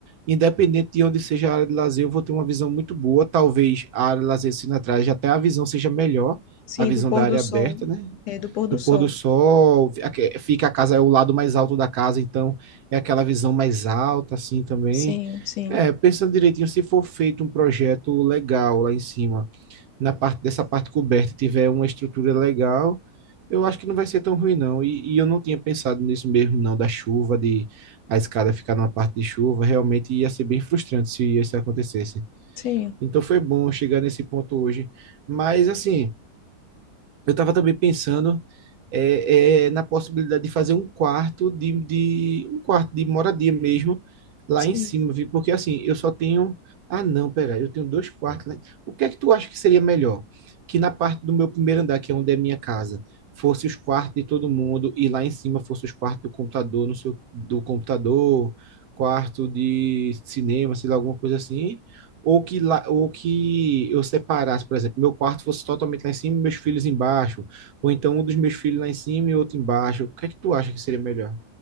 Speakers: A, on the right; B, on the left.
A: independente de onde seja a área de lazer, eu vou ter uma visão muito boa. Talvez a área de lazer sendo atrás, até a visão seja melhor,
B: sim,
A: a visão
B: do pôr
A: da área
B: do sol,
A: aberta, né?
B: é, do pôr do
A: Do
B: sol,
A: pôr do sol, aque- fica a casa, é o lado mais alto da casa, então é aquela visão mais alta, assim também.
B: sim, sim,
A: É, pensando direitinho, se for feito um projeto legal lá em cima na parte dessa parte coberta tiver uma estrutura legal, eu acho que não vai ser tão ruim, não. E, e eu não tinha pensado nisso mesmo, não, da chuva, de a escada ficar numa parte de chuva. Realmente ia ser bem frustrante se isso acontecesse.
B: sim,
A: Então foi bom chegar nesse ponto hoje. Mas, assim, eu estava também pensando é, é, na possibilidade de fazer um quarto de, de um quarto de moradia mesmo lá
B: sim.
A: em cima, viu? Porque assim, eu só tenho. Ah, não, pera, eu tenho dois quartos lá. O que é que tu acha que seria melhor? Que na parte do meu primeiro andar, que é onde é minha casa, fosse os quartos de todo mundo e lá em cima fosse os quartos do computador, no seu, do computador, quarto de cinema, sei lá, alguma coisa assim. Ou que, lá, ou que eu separasse, por exemplo, meu quarto fosse totalmente lá em cima e meus filhos embaixo ou então um dos meus filhos lá em cima e outro embaixo. O que é que tu acha que seria melhor?